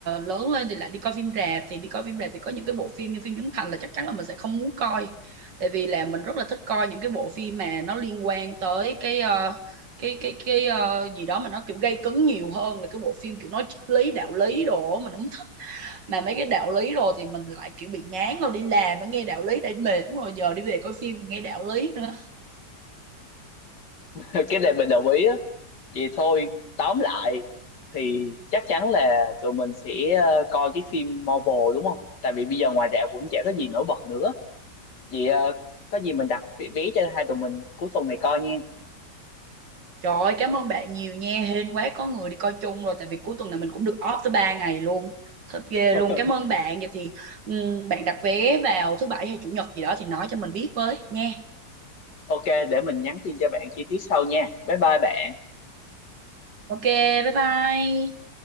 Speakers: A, on the right (about 80°); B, on the left (about 70°).
A: lớn lên thì lại đi coi phim rạp thì đi coi phim rạp thì có những cái bộ phim như phim Trấn Thành là chắc chắn là mình sẽ không muốn coi tại vì là mình rất là thích coi những cái bộ phim mà nó liên quan tới cái ờ, cái cái cái ờ, gì đó mà nó kiểu gây cấn nhiều hơn là cái bộ phim kiểu nói triết lý đạo lý đồ mà đúng mà mấy cái đạo lý rồi thì mình lại kiểu bị ngán rồi đi làm mà nghe đạo lý đã mệt rồi giờ đi về coi phim nghe đạo lý nữa
B: <laughs> cái này mình đồng ý á vậy thôi tóm lại thì chắc chắn là tụi mình sẽ ờ, coi cái phim Marvel đúng không tại vì bây giờ ngoài rạp cũng chả có gì nổi bật nữa vậy ờ, có gì mình đặt vé vé cho hai tụi mình cuối tuần này coi nha
A: trời ơi cảm ơn bạn nhiều nha hên quá có người đi coi chung rồi tại vì cuối tuần này mình cũng được off tới 3 ngày luôn thật ghê
B: <laughs>
A: luôn cảm ơn bạn vậy thì ừm, bạn đặt vé vào thứ bảy hay chủ nhật gì đó thì nói cho mình biết với nha
B: ok để mình nhắn tin cho bạn chi tiết sau nha bye bye bạn
A: ok bye bye